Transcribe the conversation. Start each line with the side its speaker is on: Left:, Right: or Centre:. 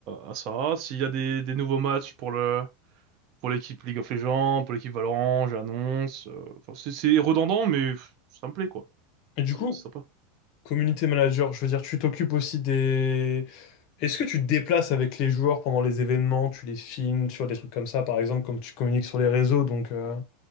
Right: à ça. S'il y a des, des nouveaux matchs pour le pour l'équipe League of Legends, pour l'équipe Valorant, j'annonce. euh, Enfin, c'est c'est redondant, mais pff, ça me plaît, quoi.
Left: Et du
Right: C'est
Left: coup,
Right: c'est sympa.
Left: community manager, je veux dire, tu t'occupes aussi des Est-ce que tu te déplaces avec les joueurs pendant les événements, tu les filmes, tu vois, des trucs comme ça, par exemple, comme tu communiques sur les réseaux, donc... euh,